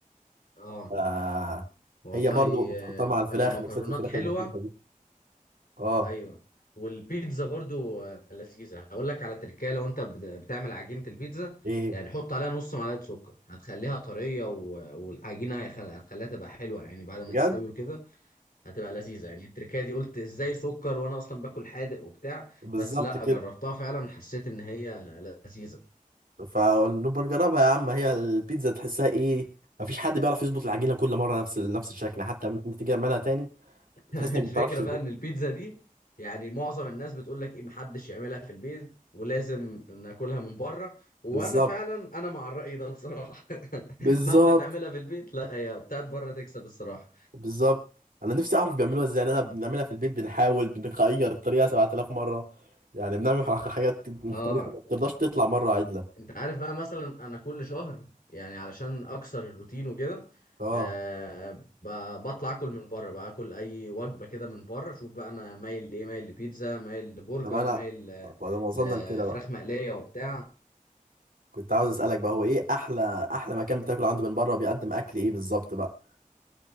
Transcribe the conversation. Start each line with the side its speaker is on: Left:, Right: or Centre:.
Left: اه
Right: آه.
Left: والله
Right: هي برضو بتحطها
Left: آه،
Right: مع الفراخ
Left: المكرونات
Right: ميكسات الفراخ
Left: حلوة
Right: المختلفة دي اه
Left: ايوه والبيتزا برضو آه، لذيذة هقول لك على تركاية لو انت بت- بتعمل عجينة البيتزا
Right: ايه
Left: يعني حط عليها نص معلقة سكر هتخليها طرية و- والعجينة هيخل- هتخليها تبقى حلوة يعني بعد ما
Right: بجد
Left: تستوي وكده هتبقى لذيذة يعني التركاية دي قلت ازاي سكر وانا اصلا باكل حادق وبتاع
Right: بالظبط
Left: بس لا
Right: كده
Left: جربتها فعلا حسيت ان هي لذيذة
Right: فنبقى نجربها يا عم هي البيتزا تحسها ايه مفيش حد بيعرف يظبط العجينة كل مرة نفس ال- نفس الشكل حتى لما تيجي تعملها تاني
Left: <laughs>
Right: بتحس
Left: الفكرة
Right: انك ما بتعرفش تظبطها
Left: بقى ان البيتزا دي يعني معظم الناس بتقول لك ايه محدش يعملها في البيت ولازم ناكلها من بره وانا
Right: بالظبط
Left: فعلا انا مع الرأي ده بصراحة
Right: بالظبط
Left: <laughs> مهما تعملها في البيت لا هي بتاعت بره تكسب الصراحة
Right: بالظبط انا نفسي اعرف بيعملوها ازاي لأن انا بنعملها في البيت بنحاول بنغير الطريقة 7000 مرة يعني بنعمل حاجات مختلفة
Left: اه
Right: ما بترضاش تطلع مرة عدلة
Left: انت عارف بقى مثلا انا كل شهر يعني علشان اكسر الروتين وكده
Right: اه
Left: آه ب- بطلع اكل من بره بقى اكل اي وجبة كده من بره شوف بقى انا مايل لايه مايل لبيتزا مايل لبرجر
Right: طب انا
Left: مايل ل-
Right: بعد ما وصلنا
Left: لفراخ
Right: لكده بقى،
Left: مقلية وبتاع
Right: كنت عاوز اسالك بقى هو ايه احلى احلى مكان بتاكل عنده من بره بيقدم اكل ايه بالظبط بقى